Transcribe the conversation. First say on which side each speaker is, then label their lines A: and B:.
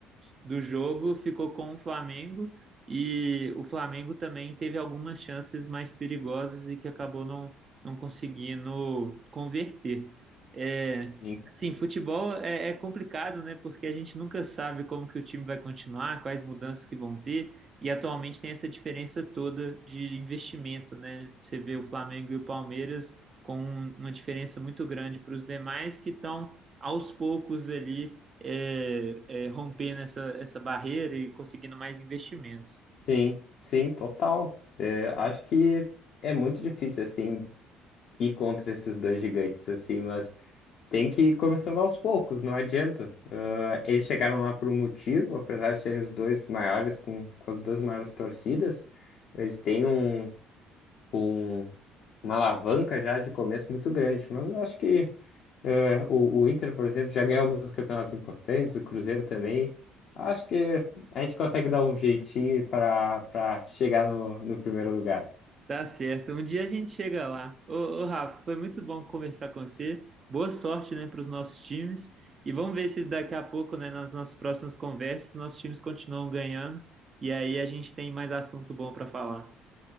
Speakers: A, on the right (about 35°); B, on the left (about 55°).
A: do jogo ficou com o Flamengo e o Flamengo também teve algumas chances mais perigosas e que acabou não, não conseguindo converter. É,
B: Sim,
A: sim, futebol é, é complicado, né? Porque a gente nunca sabe como que o time vai continuar, quais mudanças que vão ter. E atualmente tem essa diferença toda de investimento, né? Você vê o Flamengo e o Palmeiras com um- uma diferença muito grande para os demais que estão aos poucos ali é, é, rompendo essa, essa barreira e conseguindo mais investimentos.
B: sim, sim, total. É, acho que é muito difícil, assim, ir contra esses dois gigantes, assim, mas tem que ir começando aos poucos, não adianta. Ah, Eles chegaram lá por um motivo, apesar de serem os dois maiores, com, com as duas maiores torcidas, eles têm um um uma alavanca já de começo muito grande. Mas eu acho que eh, o, o Inter, por exemplo, já ganhou alguns campeonatos importantes, o Cruzeiro também. Acho que a gente consegue dar um jeitinho para para chegar no, no primeiro lugar.
A: Tá certo. Um dia a gente chega lá. Ô, ô, Rafa, foi muito bom conversar com você. Boa sorte, né, para os nossos times. E vamos ver se daqui a pouco, né, nas nossas próximas conversas, nossos times continuam ganhando. E aí a gente tem mais assunto bom para falar.